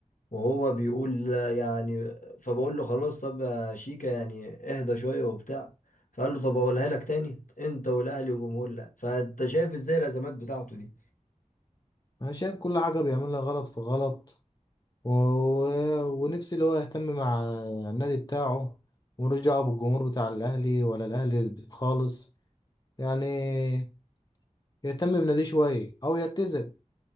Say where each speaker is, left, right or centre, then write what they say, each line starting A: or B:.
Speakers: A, on the left; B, on the left.
A: وهو بيقول لا يعني فبقول له خلاص طب يا شيكا يعني اهدى شوية وبتاع فقال له طب اقولها لك تاني انت والاهلي والجمهور لا فانت شايف ازاي الازمات بتاعته دي
B: انا شايف كل حاجه بيعملها غلط في غلط و... و- ونفسي اللي هو يهتم مع النادي بتاعه ملوش دعوه بالجمهور بتاع الاهلي ولا الاهلي خالص يعني يهتم بناديه شوية أو يعتزل